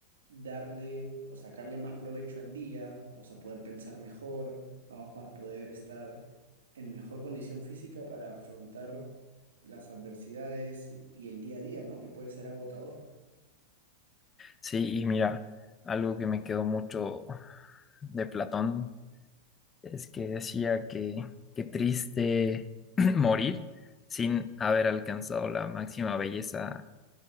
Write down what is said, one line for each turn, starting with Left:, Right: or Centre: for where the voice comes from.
Right: darle o sacarle más provecho al día, vamos a poder pensar mejor, vamos a poder estar en mejor condición física para afrontar las adversidades y y el día a día, ¿no? Que puede ser agotador.
Left: Sí, y mira, algo que me quedó mucho de Platón es que decía que qué triste <clears throat> morir sin haber alcanzado la máxima belleza